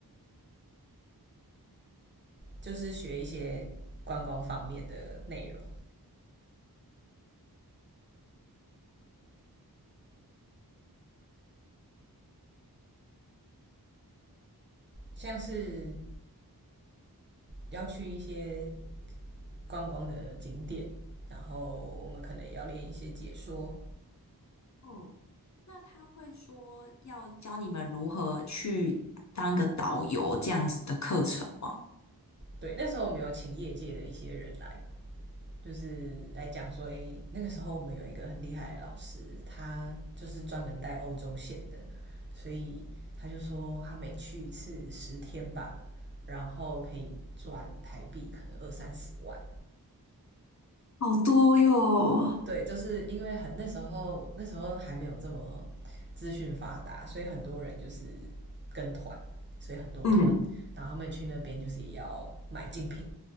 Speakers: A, on the right; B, on the left.
A: 就是学一些观光方面的内容，像是要去一些观光的景点，然后我们可能也要练一些解说。
B: 嗯，那他会说要教你们如何去当一个导游这样子的课程吗？
A: 对，那时候我们有请业界的一些人来，就是来讲说，诶，那个时候我们有一个很厉害的老师，他就是专门带欧洲线的，所以他就说他每去一次十天吧，然后可以赚台币可能二三十万。
B: 好多哟。
A: 对，就是因为很那时候那时候还没有这么资讯发达，所以很多人就是跟团，所以很多团，
B: 嗯，
A: 然后他们去那边就是也要买精品，